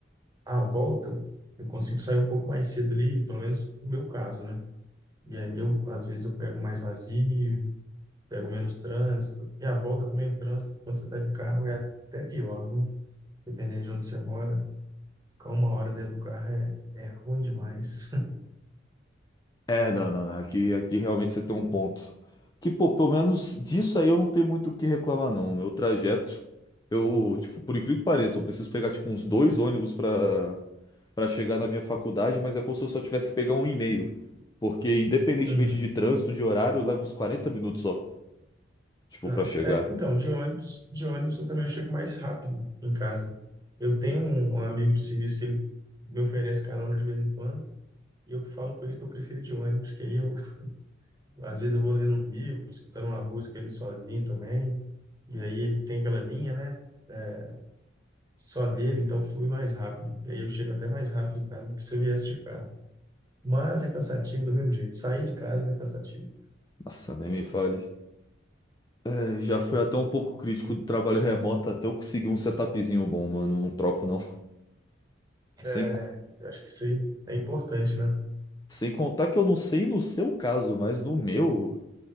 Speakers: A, on the right; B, on the left.
A: A volta, eu consigo sair um pouco mais cedo ali, pelo menos no meu caso, né? E aí eu, às vezes, eu pego mais vazio, pego menos trânsito. E a volta também, o trânsito, quando você está de carro, é até pior, viu? Dependendo de onde você mora, ficar uma hora dentro do carro é, é ruim demais. <laughs>
B: É, não, não, não. Aqui, aqui realmente você tem um ponto. Que, pô, pelo menos disso aí eu não tenho muito o que reclamar, não. O Meu trajeto, eu, tipo, por incrível que pareça, eu preciso pegar, tipo, uns dois ônibus pra, pra chegar na minha faculdade, mas é como se eu só tivesse que pegar um e meio. Porque, independentemente
A: Uhum.
B: de trânsito, de horário, leva uns 40 minutos só, tipo,
A: Ah,
B: pra chegar.
A: É, então, de ônibus, de ônibus eu também chego mais rápido em casa. Eu tenho um, um amigo do serviço que ele me oferece carona de vez em quando, e eu falo com ele que eu prefiro de ônibus, que aí eu, às vezes eu vou lendo um livro, escutando uma música ali sozinho também, e aí ele tem aquela linha, né? É, só dele, então flui mais rápido. E aí eu chego até mais rápido em casa do que se eu viesse de carro. Mas é cansativo do mesmo jeito. Sair de casa é cansativo.
B: Nossa, nem me fale. É, já fui até um pouco crítico do trabalho remoto até eu conseguir um setupzinho bom, mano. Não troco, não.
A: É,
B: Sem,
A: eu acho que isso aí é importante, né?
B: Sem contar que eu não sei no seu caso, mas no meu